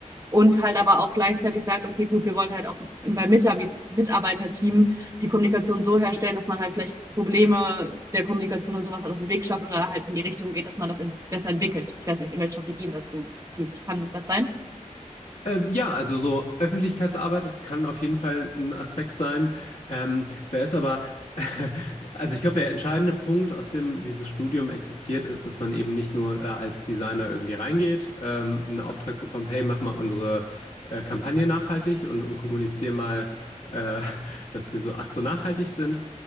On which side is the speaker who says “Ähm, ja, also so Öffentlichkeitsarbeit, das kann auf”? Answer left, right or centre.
Left